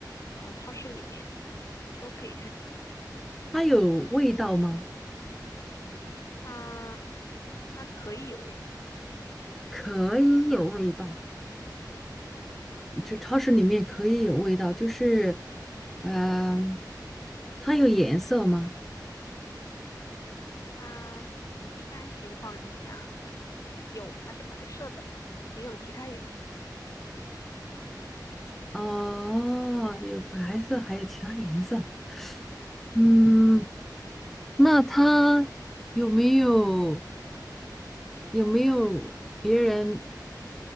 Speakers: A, on the left (about 45°); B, in the centre.
A: 呃超市里面都可以看见，
B: 它有味道吗？
A: 它它可以有味道，
B: 可以有味道，就超市里面可以有味道，就是，嗯、它有颜色吗？
A: 它一般情况下，呃，有它是白色的吧，也有其他颜色。
B: 哦，有白色，还有其他颜色。嗯，那它有没有有没有别人